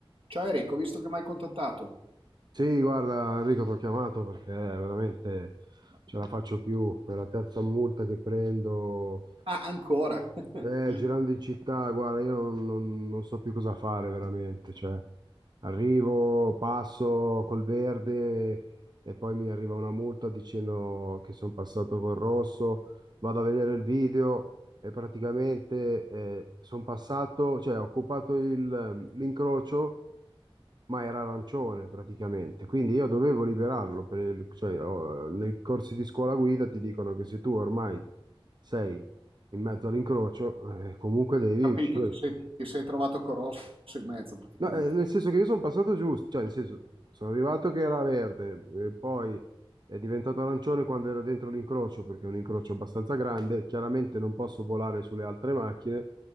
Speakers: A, on the right; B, on the right.
A: Ciao Enrico, ho visto che mi hai contattato.
B: Sì, guarda Enrico, ti ho chiamato perché eh, veramente ce la faccio più. Per la terza multa che prendo,
A: Ah, ancora. <laughs>
B: eh, girando in città, guarda, io non, non- non so più cosa fare veramente. Cioè, arrivo, passo col verde e poi mi arriva una multa dicendo che sono passato col rosso. Vado a vedere il video e praticamente sono passato, cioè ho occupato il- mm, l'incrocio ma era arancione praticamente, quindi io dovevo liberarlo, per il- cioè, oh, nei corsi di scuola guida ti dicono che se tu ormai sei in mezzo all'incrocio, eh, comunque devi
A: Capito,
B: uscire.
A: ti sei, ti sei trovato con Rosso in mezzo praticamente.
B: No, eh, nel senso che io sono passato giusto, cioè nel senso sono arrivato che era verde, e poi è diventato arancione quando ero dentro l'incrocio, perché è un incrocio abbastanza grande, chiaramente non posso volare sulle altre macchine